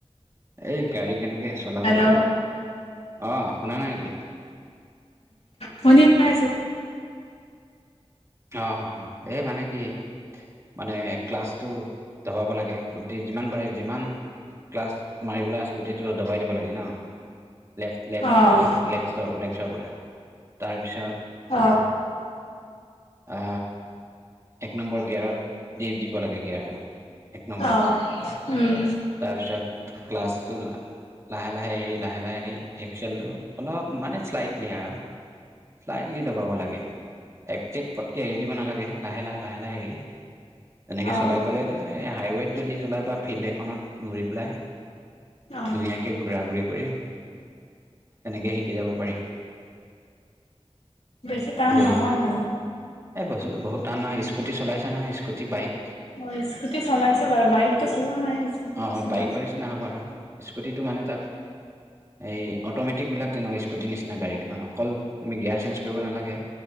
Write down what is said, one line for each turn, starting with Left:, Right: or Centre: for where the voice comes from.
Right: এই গাড়ী কেনেকে চলাব
Left: হেল্ল'
Right: লাগে? অ শুনা নাই নেকি?
Left: শুনি পায় আছো।
Right: অ অ এই মানে কি, মানে ক্লাছটো দবাব লাগে গোটেই যিমান পাৰে যিমান ক্লাছ মাৰিবলৈ আছে গোটেইটো দবাই দিব লাগে ন। লেফট - লেফট
Left: অ',
Right: - লেফট লেকচৰ -লেকচৰ পৰা, তাৰপিছত
Left: অ।
Right: আ, এক নম্বৰ গেয়াৰত দি দিব লাগে গেয়াৰটো। এক নম্বৰত,
Left: অ', উম,
Right: তাৰপিছত ক্লাছটো লা লাহে- লাহে এৰি লাহে- লাহে এৰি এক্সেলটো অলপ মানে শ্লাইটলি আৰু। শ্লাইটলি ডবাব লাগে। একজেক্ট পটকে এৰি দিব নালাগে, লাহে লাহে লাহে লাহে এৰি তেনেকে
Left: অ',
Right: চলাই গলে এ হাইৱেত যদি চলাই বা ফিল্ড এখনত ঘূৰি পেলাই
Left: অ',
Right: ধুনীয়াকে ঘুৰা ঘুৰি ফুৰিম, তেনেকেই শিকি যাব পাৰি।
Left: বেছি টান
Right: দেই
Left: নহয় মানে।
Right: এই বসু বহুত টান নহয় স্কুটি চলাইছা নহয় স্কুটি বাইক?
Left: অ স্কুটি চলাইছে বাৰু বাইকটো চলোৱা নাই স্কুটিটো
Right: অ
Left: চলাইছো।
Right: বাইকৰ নিচিনা হ'ব আৰু স্কুটিটো মানে তাত এই অট'মেটিক বিলাক তেনেকুৱা স্কুটিৰ নিচিনা গাড়ী অকল তুমি গিয়াৰ চেঞ্জ কৰিব নালাগে।